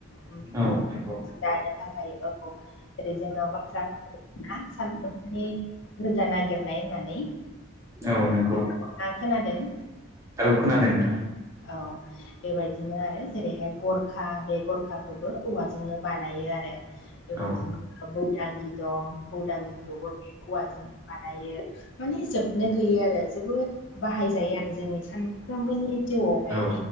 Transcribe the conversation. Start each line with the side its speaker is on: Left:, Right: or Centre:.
Left: जि
Right: औ नंगौ
Left: दानो थाखाय औ जेरै जोंनाव बाथ्रा फाव दंना साल खुन्थानि रोदा नागिरनाय होननानै।
Right: औ नंगौ
Left: नोंथाङा खोनादों?
Right: औ खोनादों नोंथां।
Left: औ बेबायदिनो आरो जेरैहाय गरखा बे गरखखौबो औवाजोंनो बानायो आरो। बेबायदिनो
Right: औ
Left: बौदांगि दं बौदांगिखौबो बे औवाजों बानायो माने जोबनो गैयो आरो जोबोद बाहायजायो आरो जोंनि सान फ्रोमबोनि जिउआवहाय
Right: औ